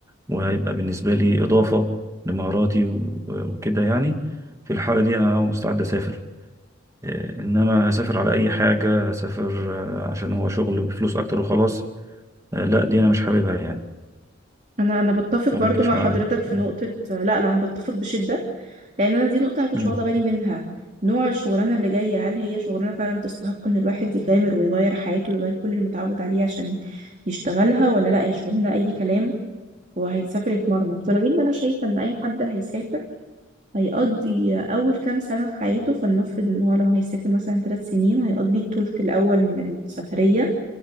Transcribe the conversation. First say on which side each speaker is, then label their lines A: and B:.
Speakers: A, on the right (about 15°); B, on the right (about 40°).
A: وهيبقى بالنسبه لي اضافه لمهاراتي و- وكده يعني في الحاله دي انا مستعد اسافر آه، انما هسافر على اي حاجه هسافر آه، عشان هو شغل بفلوس اكتر وخلاص آه، لا دي انا مش حاببها يعني
B: انا انا بتفق
A: ولا
B: برضو
A: انت مش
B: مع حضرتك
A: معايا
B: في
A: م.
B: نقطه لا لا انا بتفق بشده لان انا دي نقطه انا كنتش
A: م.
B: واخده بالي منها نوع الشغلانه اللي جايه هل هي شغلانه فعلا تستحق ان الواحد يغامر ويغير حياته ويغير كل اللي متعود عليه عشان يشتغلها ولا لا هي شغلانه اي كلام وهيسافر يتمرمط ولو ان انا شايفه ان اي حد هيسافر هيقضي اول كام سنه في حياته فلنفرض ان هو لو هيسافر مثلا ثلاث سنين هيقضي الثلث الاول من السفريه